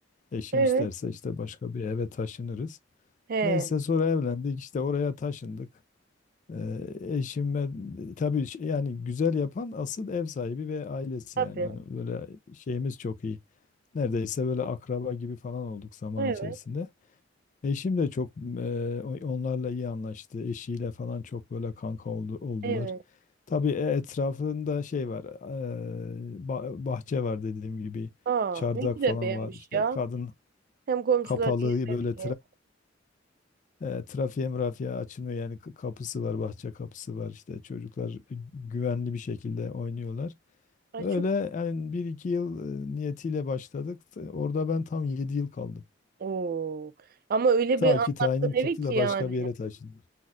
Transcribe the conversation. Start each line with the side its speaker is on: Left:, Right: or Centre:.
Left: Eşim
Right: Evet.
Left: isterse işte başka bir eve taşınırız.
Right: He.
Left: Neyse sonra evlendik işte oraya taşındık. Ee, eşim tabii ş- yani güzel yapan asıl ev sahibi ve ailesi
Right: Tabii.
Left: yani. Hani böyle şeyimiz çok iyi. Neredeyse böyle akraba gibi falan olduk zaman
Right: Evet.
Left: içerisinde. Eşim de çok e, o- onlarla iyi anlaştı. Eşiyle falan çok böyle kanka oldu, oldular.
Right: Evet.
Left: Tabii e, etrafında şey var. e, ba- bahçe var dediğim gibi.
Right: Aa,
Left: Çardak
Right: ne güzel
Left: falan
Right: beğenmiş
Left: var. İşte
Right: ya.
Left: kadın
Right: Hem komşular
Left: kapalı
Right: hem
Left: böyle
Right: evi.
Left: e, trafiğe mırafiğe açılmıyor yani k- kapısı var, bahçe kapısı var işte çocuklar güvenli bir şekilde oynuyorlar.
Right: Ay
Left: Öyle
Right: çok
Left: yani bir iki yıl e, niyetiyle başladık. T- Orada ben tam 7 yıl kaldım.
Right: Oo. Ama öyle
Left: Ta
Right: bir anlattın
Left: ki tayinim çıktı
Right: evi ki
Left: da
Right: yani.
Left: başka bir yere taşındım.